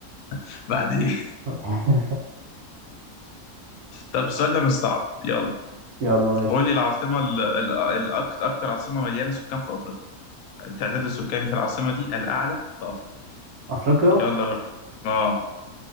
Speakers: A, on the left (about 75°); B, on the right (about 80°).
A: <laughs> بعد ايه؟
B: <laughs>
A: طب السؤال ده مش صعب يلا
B: يلا ماشي
A: قول لي العاصمة ال- ال- الأك- أكتر عاصمة مليانة سكان في أفريقيا التعداد السكاني في العاصمة دي الأعلى في أفريقيا
B: أفريقيا
A: يلا وريني. اه